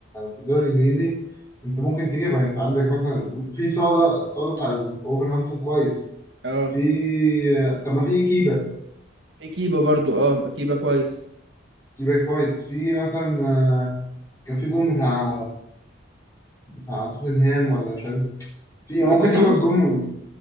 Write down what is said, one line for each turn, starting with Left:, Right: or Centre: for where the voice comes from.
Left: في الدوري الانجليزي انت ممكن تجيبها انت عندك مثلا في صاله صاله بتاع اوفرهامبتون كويس
Right: اه
Left: في طب ما في كيبا
Right: في كيبا برضو اه كيبا كويس
Left: كيبا كويس في مثلا آه، كان في جون بتاع بتاع توتنهام ولا مش عارف في
Right: فيكاريو
Left: ممكن تاخد جون